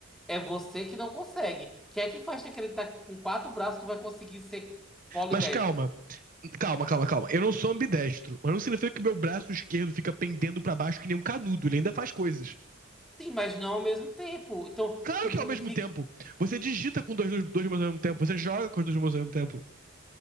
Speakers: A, in the centre; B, on the right.
A: É você que não consegue. Quem é que faz te acreditar que com quatro braços tu vai conseguir ser polidestro?
B: Mas calma, Calma, calma, calma. Eu não sou ambidestro, mas não significa que meu braço esquerdo fica pendendo pra baixo que nem um canudo. Ele ainda faz coisas.
A: Sim, mas não ao mesmo tempo. Então,
B: Claro
A: tipo,
B: que é ao mesmo
A: que,
B: tempo, você digita com dois, dois, dois mãos ao mesmo tempo, você joga com as duas mãos ao mesmo tempo.